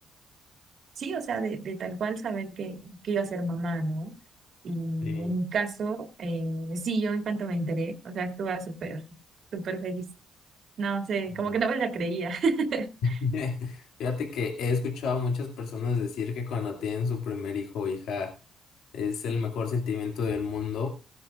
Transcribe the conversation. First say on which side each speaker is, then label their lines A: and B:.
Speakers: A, on the right; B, on the left.
A: Sí, o sea, de, de tal cual saber que, que iba a ser mamá, ¿no? Y en
B: Sí.
A: mi caso, eh, sí, yo en cuanto me enteré, o sea, estuve súper, súper feliz. No sé, como
B: no.
A: que no me la creía. <laughs>
B: <laughs> Fíjate que he escuchado a muchas personas decir que cuando tienen su primer hijo o hija es el mejor sentimiento del mundo.